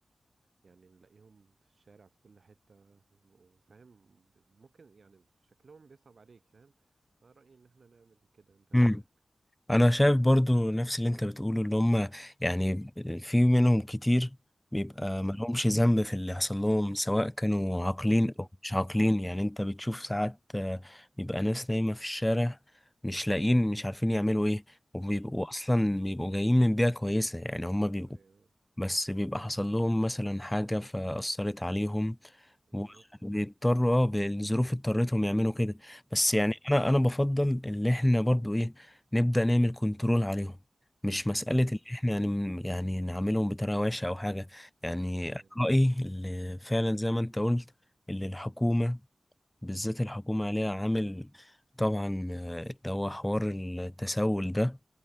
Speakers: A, on the right (about 60°); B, on the left (about 20°).
A: يعني نلاقيهم في الشارع في كل حتة وفاهم ب- ممكن يعني شكلهم بيصعب عليك فاهم أنا رأيي إن احنا نعمل كده أنت إيه
B: مم.
A: رأيك؟
B: انا شايف برضو نفس اللي انت بتقوله اللي هم يعني في منهم كتير بيبقى
A: مم.
B: ملهمش ذنب في اللي حصل لهم سواء كانوا عاقلين
A: بالظبط
B: او مش عاقلين يعني انت بتشوف ساعات آه، بيبقى ناس نايمة في الشارع مش لاقيين مش عارفين يعملوا ايه وبيبقوا
A: مم.
B: اصلا بيبقوا جايين من بيئة كويسة يعني هم بيبقوا
A: أيوه
B: بس بيبقى حصل لهم مثلا حاجة فأثرت عليهم
A: بالظبط
B: وبيضطروا اه بالظروف اضطرتهم يعملوا كده بس يعني
A: مم.
B: أنا أنا بفضل اللي إحنا برضو إيه نبدأ نعمل كنترول عليهم مش مسألة
A: مم.
B: اللي إحنا يعني يعني نعملهم بطريقة وحشة أو حاجة يعني
A: أيوه
B: أنا رأيي اللي فعلا زي ما أنت قلت اللي الحكومة بالذات الحكومة عليها عامل طبعا آه، اللي هو حوار التسول ده